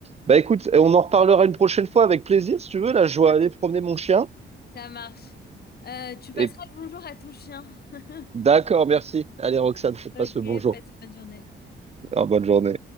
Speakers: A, on the right (about 30°); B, on the left (about 50°).
A: bah écoute, on en reparlera une prochaine fois avec plaisir, si tu veux. Là, je dois
B: Voilà,
A: aller promener mon chien.
B: ça marche. Euh, tu passeras
A: Et
B: le bonjour à ton chien. <laughs>
A: d'accord, merci. Allez, Roxane,
B: Ok,
A: passe le bonjour.
B: passe une bonne journée.
A: Alors, bonne journée.